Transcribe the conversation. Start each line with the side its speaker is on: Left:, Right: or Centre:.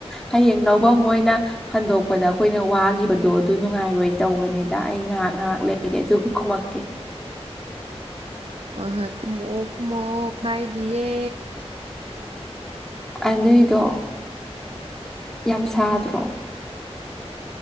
Centre: ꯍꯌꯦꯡ ꯂꯧꯐꯝ ꯃꯣꯏꯅ ꯍꯟꯗꯣꯛꯄꯗ ꯑꯩꯈꯣꯏꯅ ꯋꯥꯈꯤꯕꯗꯣ ꯑꯗꯨ ꯅꯨꯡꯉꯥꯏꯔꯣꯏ ꯇꯧꯕꯅꯤꯗ ꯑꯩ ꯉꯥꯏꯍꯥꯛ ꯉꯥꯏꯍꯥꯛ ꯂꯩꯒꯦ ꯑꯗꯨꯒ ꯈꯨꯃꯛꯀꯦ
Right: ꯍꫭꯏ ꯍꯣꯏ ꯈꯨꯃꯥꯛꯑꫭ ꯈꯨꯃꯥꯛꯑꫭ ꯀꯥꯏꯗꯤꯌꯦ
Centre: ꯑꯗꯨꯏꯗꯣ ꯌꯥꯝ ꯁꯥꯗ꯭ꯔꯣ